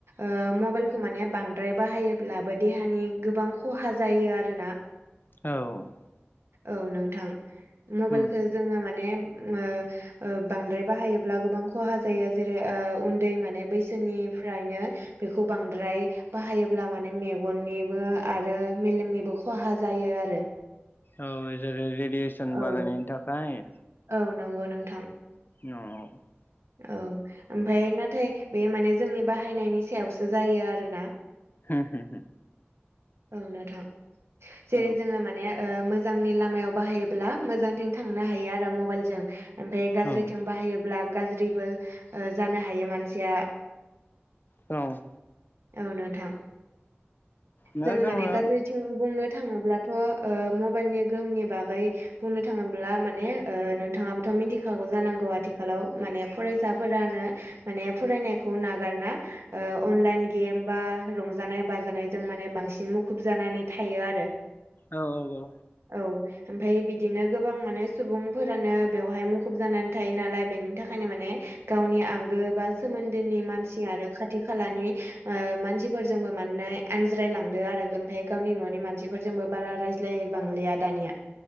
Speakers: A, on the right; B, on the left.
A: ओ मबाइलखौ माने बांद्राय बाहायोब्लाबो देहानि गोबां ख'हा जायो आरोना
B: औ
A: औ नोंथां मबाइलखौ
B: होम
A: जोंङो माने ओ ओ बांद्राय बाहायोब्ला गोबां ख'हा जायो जेरै ओ उन्दै माने बैसोनिफ्रायनो बेखौ बांद्राय बाहायोब्ला माने मेगननिबो आरो मेलेमनिबो ख'हा जायो आरो
B: औ जेरै रेडियेसन
A: औ
B: बारायनायनि थाखाय
A: औ नोंगौ नोंथां
B: <unintelligible>
A: औ ओमफाय नाथाय बे माने जोंनि बाहायनायनि सायावसो जायो आरोना
B: हो हो हो
A: औ नोंथां
B: होम
A: जेरै जोंङो माने ओ मोजांनि लामायाव बाहायोब्ला मोजांथिं थांनो हायो आरो मबाइलजों ओमफाय गाज्रिथिं
B: औ
A: बाहायोब्ला गाज्रिबो ओ जानो हायो मानसिया
B: औ
A: औ नोंथां
B: नो
A: जों
B: जोङो
A: माने
B: उम
A: गाज्रिथिं
B: उम औ
A: बुंनो थाङोब्ला थ' ओ मबाइलनि गोहोमनि बागै बुंनो थाङोब्ला माने ओ नोंथांङाबोथ' मिनथिखागौ जानांगौ आथिखालाव माने फरायसाफोरानो माने फरायनायखौ नागारना ओ अनलाइन गेम बा रंजानाय-बाजानायजों माने बांसिन मुखुब जानानै थायो आरो
B: औ औ औ
A: औ ओमफाय बिदिनो गोबां माने सुबुंफोरानो बेवहाय मुखुब जानानै थायो नालाय बेनि थाखायनो माने गावनि आंगो बा सोमोन्दोनि मानसि आरो खाथि खालानि ओ मानसिफोरजोंबो मानोना आनज्रायलांदो आरो ओमफाय गावनि न'नि मानसिफोरजोंबो बारा राय ज्लाय बांलिया आ दानिया